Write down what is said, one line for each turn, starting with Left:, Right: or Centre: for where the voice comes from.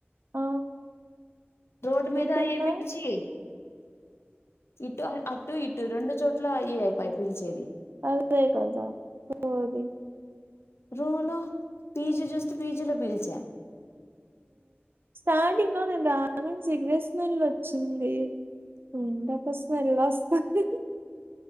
Right: ఆ!
Left: రోడ్ మీద
Right: ఎటున్నా
Left: అయ్యే పిలిచి ఇటు అటు ఇటు రెండు చోట్ల అయే అయిపాయే ఫీల్చేది
Right: అదే కదా సోది
Left: రూమ్ లో పిజి చూస్తే పిజి లో పిలిచా
Right: స్టార్టింగ్ లో నేను రానని సిగరెట్ స్మెల్ వచ్చింది ఉండకా స్మెల్ వస్తాది